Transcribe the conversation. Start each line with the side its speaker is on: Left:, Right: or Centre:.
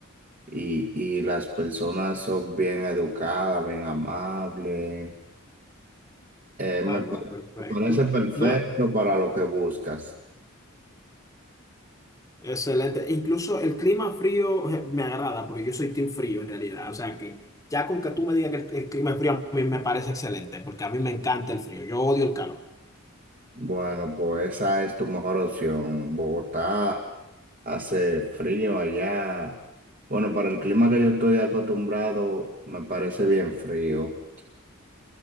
Right: y, y las personas son bien educadas, bien amables. Eh, me
Left: Ah, no,
Right: pa-
Left: perfecto.
Right: me parece perfecto
Left: No,
Right: para lo que buscas.
Left: Excelente. Incluso el clima frío eh, me agrada, porque yo soy team frío en realidad. O sea que ya con que tú me digas que el, el clima es frío, a mí me parece excelente, porque a mí me encanta el frío. Yo odio el calor.
Right: Bueno, pues esa es tu mejor opción. Bogotá hace frío allá. Bueno, para el clima que yo estoy acostumbrado, me parece bien frío.